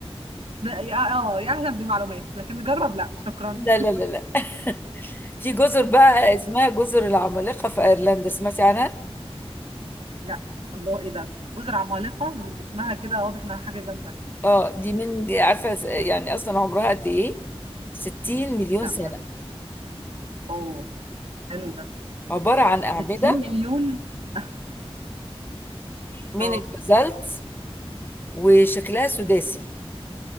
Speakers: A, on the right; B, on the left.
A: لا، يا- اه آه، يا اهلا بالمعلومات لكن نجرب لا شكرا
B: لا لا لا لا <laughs> في جزر بقى اسمها جزر العمالقة في ايرلندا سمعتي عنها
A: <laughs> لا الله ايه ده جزر عمالقه ده من اسمها كده واضح انها حاجه جامده
B: اه دي من دي عارفة يعني اصلا عمرها قد ايه 60 مليون
A: لا
B: سنة
A: ما اعرف اه حلو ده
B: عبارة عن أعمدة
A: 60 مليون <laughs>
B: من
A: اه
B: البازالت وشكلها سداسي